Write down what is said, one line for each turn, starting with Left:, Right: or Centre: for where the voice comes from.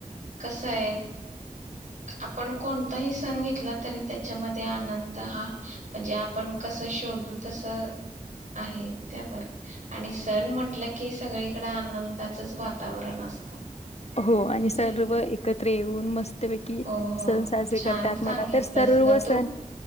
Right: कस आहे? आपण कोणताही सण घेतला तरी त्याच्यामध्ये आनंद हा -म्हणजे, आपण कस शोधू तस आहे, त्यावर- आणि सण म्हटलं की सगळीकडे आनंदाचच वातावरण असतं.
Left: हो आणि सर्व
Right: नाही का
Left: एकत्र येऊन- मस्त- पैकी
Right: हो हो
Left: सण साजरे
Right: छान
Left: करतात,
Right: सांगितलं
Left: मला तर सर्व
Right: सगळं तू
Left: सण,